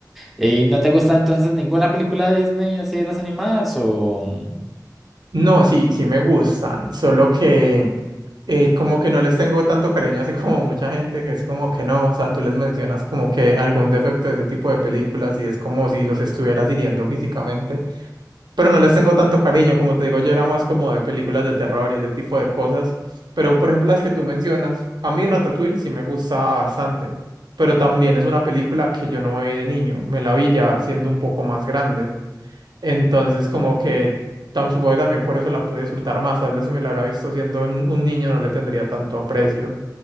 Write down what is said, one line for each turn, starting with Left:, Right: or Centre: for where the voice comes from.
Centre: ¿Y no te gusta entonces ninguna película de Disney así de las animadas o...? mm,
Right: No, sí, sí me gustan, solo que eh, como que no les tengo tanto cariño así como mucha gente que es como que no, o sea, tú les mencionas como que algún defecto de ese tipo de películas y es como si los estuvieras hiriendo físicamente. Pero no les tengo tanto cariño, como te digo, yo era más como de películas de terror y ese tipo de cosas. Pero, por ejemplo, las que tú mencionas, a mí Ratatouille sí me gusta bastante, pero también es una película que yo no me vi de niño, me la vi ya siendo un poco más grande. Entonces, como que tam- supongo que también por eso la pude disfrutar más. Tal vez si me la hubiera visto siendo un, un niño no le tendría tanto aprecio.